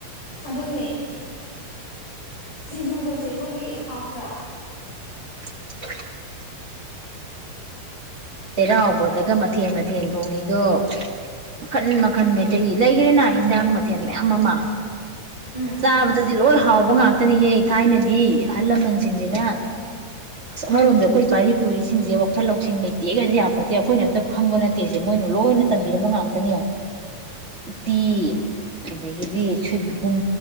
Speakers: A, on the left; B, on the right.
A: ꯑꯗꯨꯅꯦ ꯁꯤꯡꯖꯨꯒꯁꯦ ꯑꯩꯈꯣꯏꯒꯤ ꯍꯥꯎꯇ꯭ꯔ
B: <unintelligible> ꯆꯩꯔꯥꯎꯕꯗꯒ ꯃꯊꯦꯟ ꯃꯊꯦꯟ ꯊꯣꯡꯉꯤꯗꯣ ꯃꯈꯟ ꯃꯈꯟ ꯃꯩꯇꯩꯒꯤ ꯂꯩꯈ꯭ꯔꯦꯅꯥ ꯍꯤꯟꯖꯥꯡ ꯃꯊꯦꯜ ꯃꯌꯥꯝ ꯑꯃ
A: ꯎꯝ
B: ꯆꯥꯕꯗꯗꯤ ꯂꯣꯏ ꯍꯥꯎꯕ ꯉꯥꯛꯇꯅꯤꯍꯦ ꯊꯥꯏꯅꯗꯤ ꯑꯍꯜ ꯂꯃꯟꯁꯤꯡꯁꯤꯅ ꯑꯃꯔꯣꯝꯗ ꯑꯩꯈꯣꯏ ꯄꯥꯔꯤ ꯄꯨꯔꯤꯁꯤꯡꯁꯦ ꯋꯥꯈꯜ ꯂꯧꯁꯤꯡ ꯂꯩꯇ ꯇꯦꯒꯁ‌ꯦ ꯌꯥꯄꯣꯠꯇꯦ ꯑꯩꯈꯣꯏꯅ ꯑꯝꯇ ꯈꯪꯕ ꯅꯠꯇꯦꯁꯦ ꯃꯣꯏꯅ ꯂꯣꯏꯅ ꯇꯝꯕꯤꯔꯝꯕ ꯉꯥꯛꯇꯅꯦ ꯌ‌ꯦꯎ ꯎꯇꯤ ꯑꯗꯒꯤꯗꯤ ꯁꯣꯏꯕꯨꯝ